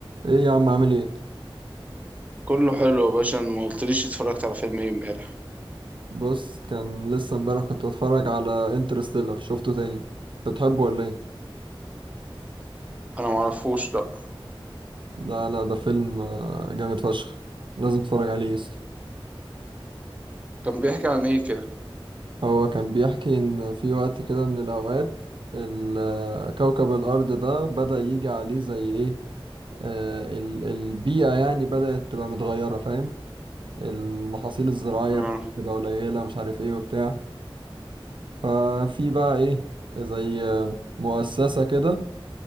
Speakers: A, on the right (about 60°); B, on the right (about 15°).
A: ايه يا عم عامل ايه
B: كله حلو يا باشا أنا ما قلتليش اتفرجت على فيلم ايه امبارح
A: بص كان لسه امبارح كنت بتفرج على انترستيلر شفته تاني انت بتحبه ولا ايه
B: انا ما اعرفوش لا
A: لا لا ده فيلم آه، جامد فشخ لازم تتفرج عليه يا اسطى
B: كان بيحكي عن ايه كده
A: هو كان بيحكي ان في وقت كده من الاوقات ال- آه، كوكب الارض ده بدأ يجي عليه زي ايه آه ال- البيئة يعني بدأت تبقى متغيرة فاهم المحاصيل الزراعية
B: اه
A: بتبقى قليلة مش عارف ايه وبتاع ففي بقى ايه زي آه، مؤسسة كده